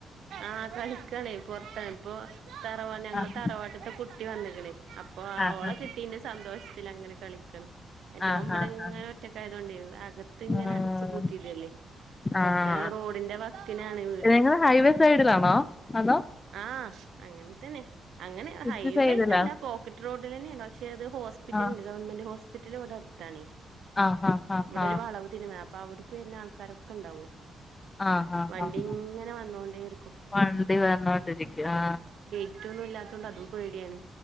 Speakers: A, on the right (about 75°); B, on the left (about 25°).
A: ആ കളിക്കണേ പൊറത്താണ് ഇപ്പൊ തറവാ ഞങ്ങള്
B: ആഹ്
A: തറവാട്ടത്തെ കുട്ടി വന്നിക്കണേ അപ്പൊ ആ
B: ആഹ്
A: ഓളെ കിട്ടീന്റെ സന്തോഷത്തി അങ്ങനെ കളിക്കണ് മറ്റേ
B: ആഹ്
A: ഓൻ മ്പട
B: ആഹ്
A: ഇങ്ങനെ ഒറ്റക്കായയതോണ്ടേ അകത്ത് ഇങ്ങനെ
B: ആഹ്
A: അടച്ചു പൂട്ടിടല്ലേ പൊറത്തെ
B: ആഹ്
A: റോഡിന്റെ വക്കിനാണ് വീട്
B: നിങ്ങള് ഹൈവേ സൈഡിലാണോ അതോ
A: ആഹ് അങ്ങനെ തന്നെ അങ്ങനെ
B: സിറ്റി
A: ഹൈവേട്ടല്ല
B: സൈഡിലാ
A: പോക്കറ്റ് റോഡിലന്നെയാണ് പക്ഷെ അത് ഹോസ് ഹോ്പിറ്റലണ്ട്
B: ആഹ്
A: ഗവൺമെന്റ് ഹോസ്പിറ്റൽ ഇവിടെ അടുത്താണെ
B: ആഹ് ആഹ് ആഹ്
A: ഇവിടെ
B: ആഹ്
A: ഒരു വളവ് തിരുയുമ്പ അപ്പൊ അവിടെ വരുന്ന ആൾക്കാരൊക്കെ ഉണ്ടാവയി
B: ആഹ് ആഹ് ആഹ്
A: വണ്ടി
B: ആഹ്
A: ഇങ്ങനെ വന്നോണ്ടേരിക്കും
B: വണ്ടി വന്നോണ്ടിരിക്കും ആ
A: മുറ്റൊന്നും ഇല്ലാത്തൊണ്ട് അതും പേടിയാണ്